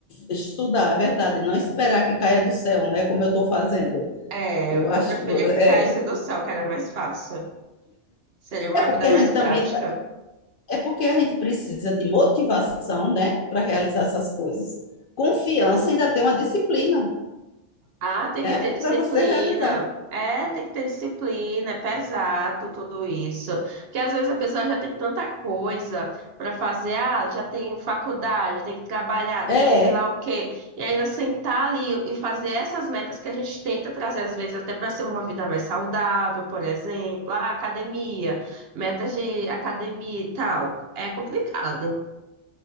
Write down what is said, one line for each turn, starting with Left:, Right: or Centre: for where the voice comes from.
Left: estudar, é verdade, não esperar que caia do céu, né? Como eu estou fazendo.
Right: É,
Left: Eu
Right: eu eu
Left: acho
Right: preferia
Left: que vo- é.
Right: que caísse do céu, que era mais fácil. Seria uma
Left: É porque
Right: vida
Left: a
Right: mais
Left: gente
Right: prática.
Left: também, é porque a gente precisa de motivação, né, para realizar essas coisas. Confiança ainda tem uma disciplina,
Right: Ah, tem
Left: né,
Right: que ter disciplina.
Left: para você realizar.
Right: É, tem que ter disciplina, é pesado tudo isso. Porque às vezes a pessoa já tem tanta coisa para fazer, ah, já tem faculdade, tem que trabalhar,
Left: É,
Right: tem que sei lá o quê. E ainda sentar ali e fazer essas metas que a gente tenta trazer, às vezes, até para ser uma vida mais saudável, por exemplo, ah, academia, metas de academia e tal. É complicado.